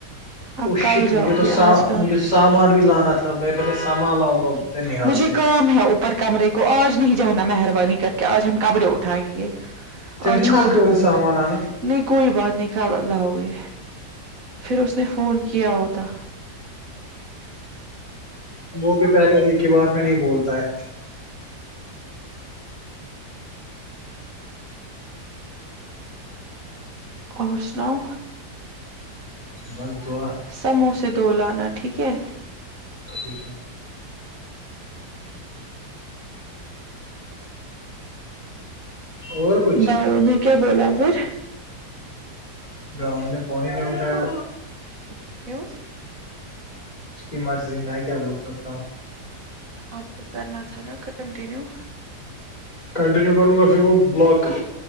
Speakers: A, on the right (about 55°); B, on the left (about 25°).
A: آپ
B: او
A: کل
B: شٹ
A: جاؤ
B: مجھے تو
A: گے آج کام
B: مجھے سامان بھی لانا تھا میں پہلے سامان لاؤں اب ننحال
A: مجھے
B: سے
A: کام ہے اوپر کمرے کو آج نہیں جانا مہربانی کر کے آج ہم کپڑے اٹھائیں گے
B: تمہیں
A: آج
B: نلکے
A: چھوڑ دو
B: والے
A: وہاں
B: سامان آنا
A: نہیں کوئی بات نہیں کال لاؤ گے پھر اس نے فون کیا ہوتا
B: وہ بھی پہلے ایک ہی بار میں نہیں بولتا ہے
A: اور سناؤ
B: بس دعا
A: سموسے دو لانا ٹھیک ہے
B: ٹھیک ہے اور کچھ
A: داؤ نے کیا بولا پھر
B: گاؤ نے فون ہی نہیں اتا ہے
A: کیوں
B: اس کی مرضی میں کیا بول سکتا ہوں
A: آپ کو کرنا تھا نا کنٹنییو
B: کنٹینیو کروں گا پھر وہ بلاک